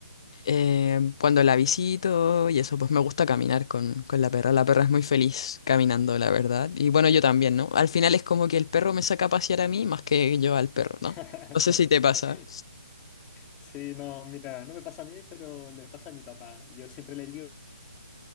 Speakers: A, on the left; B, on the left.
A: eh, cuando la visito y eso, pues me gusta caminar con, con la perra. La perra es muy feliz caminando, la verdad. Y bueno, yo también, ¿no? Al final es como que el perro me saca a pasear a mí más que yo al perro, ¿no?
B: <laughs>
A: No sé si te pasa.
B: Sí, no, mira, no me pasa a mí, pero le pasa a mi papá. Yo siempre le digo